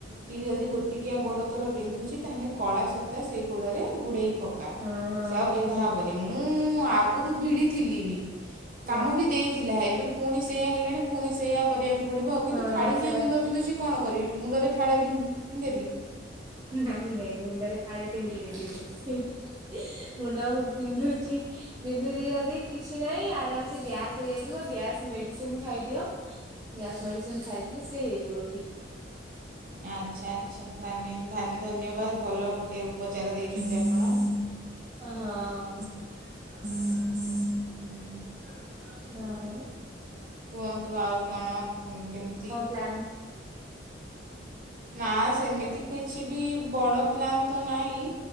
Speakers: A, on the right; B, on the right.
A: କି ଯଦି ଗୋଟିକିଆ ଗୋଡ଼ ତୋର ବିନ୍ଧୁଛି ତାହେଲେ କଳା ସୂତା ସେଇ ଗୋଡ଼ରେ ଗୁଡ଼େଇ ପକା
B: ହଁ ହଁ
A: ସେ ଆଉ
B: ସେଇ
A: ବିନ୍ଧା
B: ଗୋଡ
A: ହବନି। ମୁଁ ଆଗରୁ ଭିଡି ଥିଲି ବି
B: ହଁ
A: କାମ ବି ଦେଇଥିଲା ଏବେ ପୁଣି ସେଇୟା ହେଲାଣି ପୁଣି ସେଇଆ କରିବାକୁ ପଡ଼ିବ ଆଉ କିନ୍ତୁ
B: ହଁ
A: ଫାଳିିକିଆ
B: ସେ
A: ମୁଣ୍ଡ ବିନ୍ଧୁଛି କଣ କରିବି ମୁଣ୍ଡରେ ଫାଳେ ବିନ୍ଧ ପୀନ୍ଦେବି।
B: ମୁଁ ଜାଣିନେଇଁ ମୁଣ୍ଡରେ ଫାଳେ କେମିତି ପିନ୍ଧିବି ସେଇଥି ହିଁ ମୁଣ୍ଡ ଆଉ ବିନ୍ଧୁଚି ବିନ୍ଧୁଚି ଯଦି କିଛି ନାହିଁ ଆରାମସେ ଗ୍ୟାସ୍ ସେ ହେଇଯିବ ଗ୍ୟାସ୍ ମେଡିସିନ୍ ଖାଇଦିଅ ଗ୍ୟାସ୍ ମେଡିସିନ୍ ଖାଇଦେଲେ ସେ ହେଇଯିବ ଠିକ୍।
A: ଆଚ୍ଛା ଆଚ୍ଛା ତାହେନେ ଧନ ଧନ୍ୟବାଦ ଭଲ ଗୋଟେ ଉପଚାର ଦେଇଚନ୍ତି ଆପଣ।
B: ହଁ ହଁ।
A: ହୁଁ।
B: ତାପରେ?
A: କୁଅନ୍ତୁ ଆଉ କଣ କେମିତି?
B: ପ୍ଲାନ୍।
A: ନା ସେମିତି କିଛି ବି ବଡ଼ ପ୍ଲାନ୍ ତ ନାହିଁ